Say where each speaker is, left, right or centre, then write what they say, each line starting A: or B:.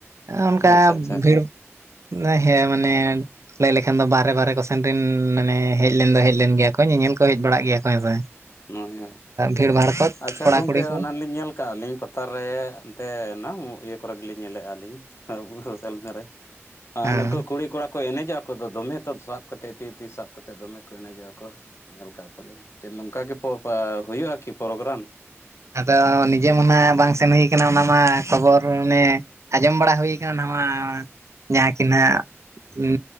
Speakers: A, on the right (about 75°); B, on the left (about 65°).
A: ᱚᱱᱠᱟ
B: ᱟᱪᱪᱷᱟ ᱟᱪᱪᱷᱟ ᱟᱪᱪᱷᱟ
A: ᱵᱷᱤᱲ <unintelligible> ᱦᱮᱸ ᱢᱟᱱᱮ ᱞᱟᱹᱭ ᱞᱮᱠᱷᱟᱱ ᱫᱚ ᱵᱟᱦᱨᱮ ᱵᱟᱦᱨᱮ ᱠᱚ ᱥᱮᱱ ᱨᱮᱱ ᱢᱟᱱᱮ ᱦᱮᱡ ᱞᱮᱱ ᱫᱚ ᱦᱮᱡ ᱞᱮᱱ ᱜᱮᱭᱟ ᱠᱚ ᱧᱮᱧᱮᱞ ᱠᱚ ᱦᱮᱡ ᱵᱟᱲᱟᱜ ᱜᱮᱭᱟ ᱠᱚ ᱦᱳᱭ ᱦᱚ
B: ᱦᱳᱭ ᱦᱳᱭ
A: ᱵᱷᱤᱲ ᱵᱷᱟᱲ ᱠᱚ
B: ᱟᱪᱪᱷᱟ
A: ᱠᱚᱲᱟ
B: ᱜᱚᱸᱢᱠᱮ
A: ᱠᱩᱲᱤ ᱠᱚ
B: ᱚᱱᱟᱞᱤᱧ ᱧᱮᱞ ᱠᱚ ᱪᱟᱜ ᱟᱹᱞᱤᱧ ᱯᱟᱛᱟᱨ ᱨᱮ ᱮᱱᱛᱮᱱᱟ ᱤᱭᱟᱹ ᱠᱚᱨᱮ ᱜᱮᱞᱤᱧ ᱧᱮᱞᱮᱫᱼᱟ ᱞᱤᱧ ᱾ ᱥᱳᱥᱟᱞ ᱢᱤᱰᱤᱭᱟ ᱨᱮ ᱟᱨ
A: ᱦᱮᱸ
B: ᱱᱩᱝᱠᱩ ᱠᱩᱲᱤ ᱠᱚᱲᱟ ᱠᱚ ᱠᱚ ᱮᱱᱮᱡᱟᱜ ᱟᱠᱚᱫᱚ ᱫᱚᱢᱮ ᱠᱚ ᱥᱟᱵ ᱠᱟᱛᱮᱫ ᱛᱤᱛᱤ ᱥᱟᱵ ᱠᱟᱛᱮᱫ ᱫᱚᱢᱮ ᱠᱚ ᱮᱱᱮᱡᱚᱜᱼᱟ ᱠᱚ ᱧᱮᱞ ᱠᱟᱜ ᱠᱚᱣᱟᱞᱤᱧ ᱡᱮ ᱱᱚᱝᱠᱟ ᱜᱮ ᱦᱩᱭᱩᱜ-ᱟ ᱠᱤ ᱯᱨᱳᱜᱟᱨᱟᱢ
A: ᱟᱫᱚ ᱱᱤᱡᱮ ᱢᱟᱱᱮ ᱵᱟᱝ ᱥᱮᱱ ᱦᱩᱭ ᱠᱟᱱᱟ ᱚᱱᱟ ᱢᱟ ᱠᱷᱚᱵᱚᱨ ᱚᱱᱮ ᱟᱸᱡᱚᱢ ᱵᱟᱲᱟ ᱦᱩᱭ ᱠᱟᱱᱟ ᱱᱟᱣᱟ ᱡᱟᱦᱟᱸ ᱠᱤᱱ ᱦᱟᱸᱜ ᱩᱸᱻ